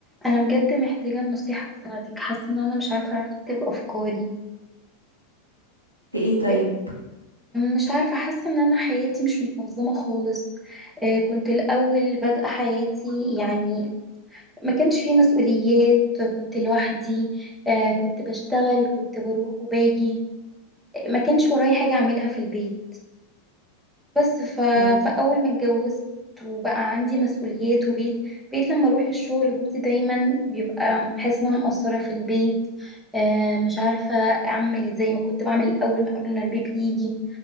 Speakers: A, in the centre; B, on the right.
A: انا بجد محتاجه النصيحه بتاعتك حاسه ان انا مش عارفه ارتب افكاري
B: في ايه طيب
A: إيه، مش عارفه حاسه ان انا حياتي مش متنظمه خالص إيه، كنت الاول بادئه حياتي يعني ما كانش فيه مسؤوليات كنت لوحدي آه، كنت بشتغل كنت بروح وباجي آه، ما كانش ورايا حاجه اعملها في البيت بس ف...
B: أو-
A: فأول ما اتجوزت وبقى عندي مسؤوليات وبيت بقيت لما أروح الشغل جوزي دايما بيبقى حاسس إن أنا مقصرة في البيت آه مش عارفة أعمل زي ما كنت بعمل الأول ما- قبل ما البيبي يجي